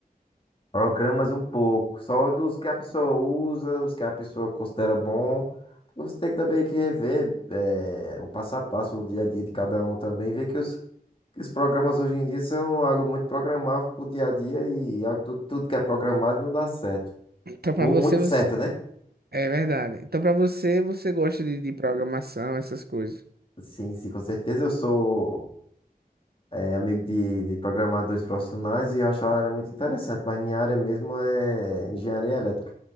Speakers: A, on the left; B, on the right.
A: Programas um pouco, só dos que a pessoa usa, os que a pessoa considera bom. Você tem que também que rever eh, o passo a passo, o dia a dia de cada um também, ver que os, que os programas hoje em dia são algo muito programável pro dia a dia e, algo, tudo, tudo que é programado não dá certo.
B: Então pra
A: Ou
B: você,
A: muito
B: você...
A: certo, né?
B: É verdade. Então pra você, você gosta de, de programação, essas coisas.
A: Sim, sim, com certeza. Eu sou eh, amigo de, de programadores profissionais e eu acho a área muito interessante, mas minha área mesmo é engenharia elétrica.